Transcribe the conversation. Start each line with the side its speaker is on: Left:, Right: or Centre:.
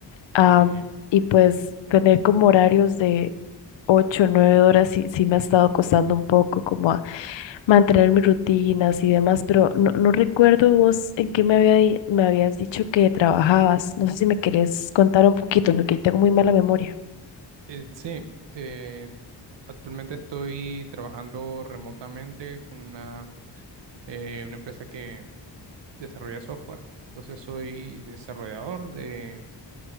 Left: ah,
Right: Sí.
Left: y pues tener como horarios de ocho, o 9 horas sí, sí me ha estado costando un poco como a mantener mis rutinas y demás, pero no, no recuerdo vos en qué me había, di- me habías dicho que trabajabas. No sé si me querés contar un poquito, porque tengo muy mala memoria.
Right: Eh, sí, eh, actualmente estoy trabajando remotamente con una, eh, una empresa que desarrolla software. Entonces soy desarrollador de